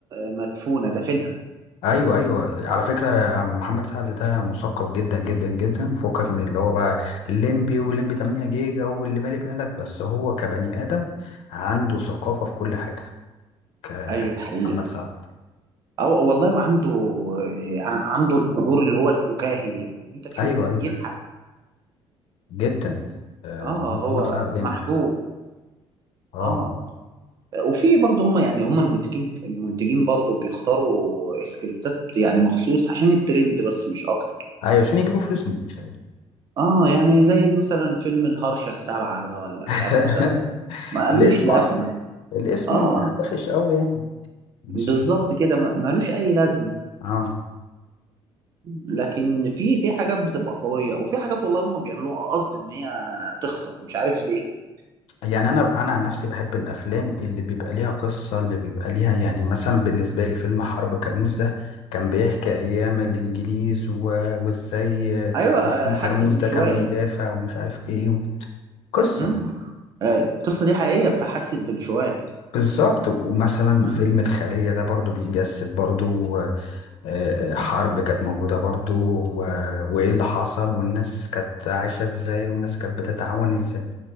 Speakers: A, on the right; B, on the left.
A: مدفونة دافنها
B: ايوه ايوه على فكره يا عم محمد سعد ده مثقف جدا جدا جدا فكك من اللي هو بقى الليمبي والليمبي 8 جيجا واللي بالي بالك بس هو كبني ادم عنده ثقافه في كل حاجه كمحمد
A: ايوه ده حقيقة
B: سعد
A: او والله وعنده آه، ع- عنده الحضور اللي هو الفكاهي انت تشوفه
B: ايوه ايوه
A: يضحك
B: جدا آه،
A: اه
B: محمد
A: هو
B: سعد جامد
A: محبوب
B: اه
A: اه وفي برضه هم يعني هم المنتجين المنتجين برضه بيختاروا سكريبتات يعني مخصوص عشان الترند بس مش اكتر
B: ايوه عشان يجيبوا فلوس من الفيلم
A: اه يعني زي مثلا فيلم الهرشة السابعة ده ولا
B: <laughs>
A: مش عارف مسلسل ما قالوش
B: الاسم
A: لازمة
B: اصلا الاسم
A: اه
B: وحش قوي يعني مش
A: بالظبط كده ما- ملوش اي لازمه
B: اه
A: لكن في في حاجات بتبقى قويه وفي حاجات والله هم بيعملوها قصد ان هي تخسر مش عارف ليه
B: يعني انا انا عن نفسي بحب الافلام اللي بيبقى ليها قصه اللي بيبقى ليها يعني مثلا بالنسبه لي فيلم حرب كرموز ده كان بيحكي ايام الانجليز و... وازاي
A: ايوه
B: مسكين
A: حادثه
B: كرموز
A: الدنشواقي
B: ده كان بيدافع ومش عارف ايه و... قصه
A: مم. آه، القصه دي حقيقيه بتاع حادثه الدنشواقي
B: بالظبط ومثلا
A: مم.
B: فيلم الخليه ده برضو بيجسد برضو آه، آه، حرب كانت موجوده برضو و... وايه اللي حصل والناس كانت عايشه ازاي والناس كانت بتتعاون ازاي